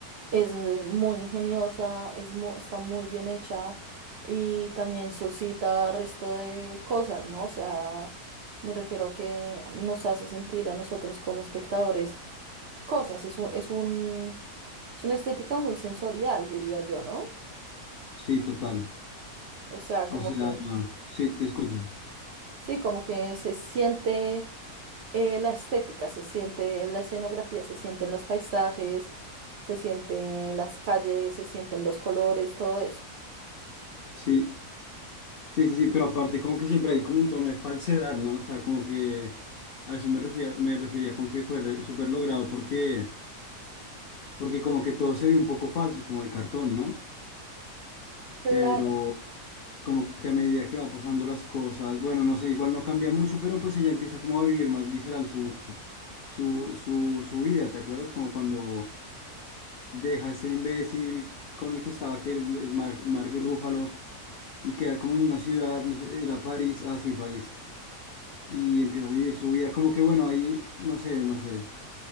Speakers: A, on the right (about 80°); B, on the left (about 70°).
A: es eh, muy ingeniosa, es mu- está muy bien hecha y también suscita resto de cosas, ¿no? O sea, me refiero a que nos hace sentir a nosotros como espectadores cosas, es un, es un, es una estética muy sensorial, diría yo, ¿no?
B: Sí, total.
A: O sea, como
B: O sea,
A: que,
B: sí, te escucho.
A: sí, como que se siente eh, la estética se siente, la escenografía se siente en los paisajes, se siente en las calles, se sienten los colores, todo eso.
B: Sí, sí, sí, sí, pero aparte como que siempre hay como un tono de falsedad, ¿no? O sea, como que a eso me refería, me refería con que fue re- súper logrado porque, porque como que todo se vio un poco falso, como de cartón, ¿no?
A: Claro,
B: Pero como que a medida que va pasando las cosas, bueno, no sé, igual no cambia mucho, pero pues ella empieza como a vivir más visceral su, su, su, su vida, ¿te acuerdas? Como cuando deja a este imbécil con el que estaba, que es Mar- Mark, Ruffalo y queda como en una ciudad, no sé, era París, ah, sí, París, y empieza a vivir su vida, como que bueno, ahí, no sé, no sé,